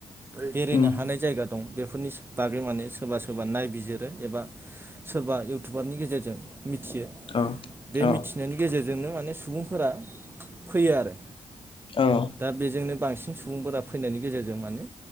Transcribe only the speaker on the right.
बेरायनो
हानाय जायगा दं। बेफोरनि बागै माने सोरबा सोरबा नायबिजिरो एबा सोरबा इउटुबारनि गेजेरजों मिथियो
बे
मिथिनायनि गेजेरजों बेजोंनो माने सुबुंफोरा फैयो आरो।
दा बेजोंनो बांसिन सुबुंफोरा फैनायनि गेजेरजों माने